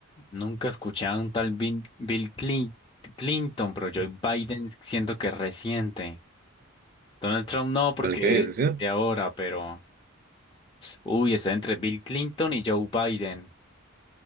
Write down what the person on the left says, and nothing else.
Nunca he escuchado a un tal Bill, Bill Clin- Clinton, pero Joe Biden siento que es reciente. Donald Trump no, porque
es
de ahora, pero... Uy, estoy entre Bill Clinton y Joe Biden.